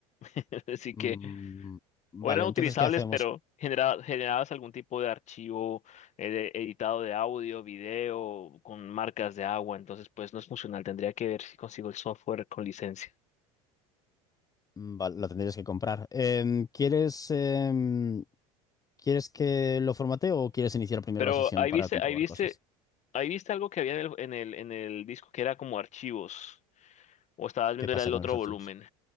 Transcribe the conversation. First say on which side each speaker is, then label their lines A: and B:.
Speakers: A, on the left (about 45°); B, on the left (about 20°).
A: <laughs> Así
B: Mm,
A: que,
B: vale,
A: o eran utilizables,
B: entonces, ¿qué hacemos?
A: pero genera- generabas algún tipo de archivo eh, de- editado de audio, video, con marcas de agua. Entonces, pues no es funcional. Tendría que ver si consigo el software con licencia.
B: Mm, Vale, lo tendrías que comprar. Em, ¿quieres, em, ¿quieres que lo formatee o quieres iniciar primero
A: Pero
B: la sesión
A: ahí
B: para
A: viste,
B: comprobar
A: ahí viste,
B: cosas?
A: ahí viste algo que había en el, en el, en el disco que era como archivos. O estabas viendo
B: ¿Qué pasa
A: era el
B: con
A: otro
B: los archivos?
A: volumen.